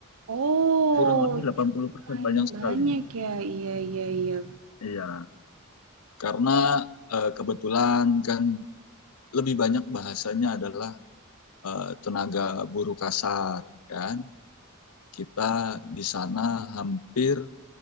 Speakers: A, on the right; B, on the left.
A: Oh,
B: kurang lebih 80%
A: cukup lumayan
B: banyak
A: banyak
B: sekali.
A: ya. Iya iya iya.
B: Iya, Karena eh, kebetulan kan lebih banyak bahasanya adalah eh, tenaga buruh kasar, kan. Kita di sana hampir